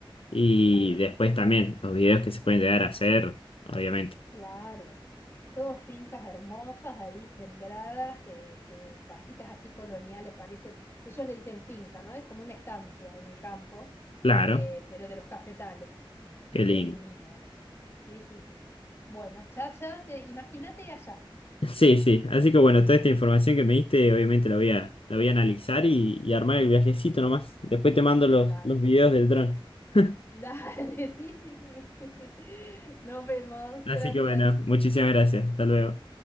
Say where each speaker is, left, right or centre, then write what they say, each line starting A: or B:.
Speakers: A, on the left; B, on the left.
A: Y
B: Sí.
A: después también los videos que se pueden llegar a hacer, obviamente.
B: Claro, todos fincas hermosas ahí sembradas, que, que casitas así coloniales parecen, ellos le dicen finca, ¿no? Es como una estancia en el campo,
A: Claro,
B: eh, pero de los cafetales. Y
A: qué lindo.
B: es divino eso. Sí, sí, sí. Bueno, chacha, te, imagínate allá.
A: Sí, sí. Así que bueno, toda esta información que me diste, obviamente la voy a, la voy a analizar y, y armar el viajecito nomás. Después te mando los,
B: Dale,
A: los videos del dron. <laughs>
B: <laughs> dale, sí, sí, sí. <laughs> Nos vemos,
A: Así
B: gracias.
A: que bueno, muchísimas gracias. Hasta luego.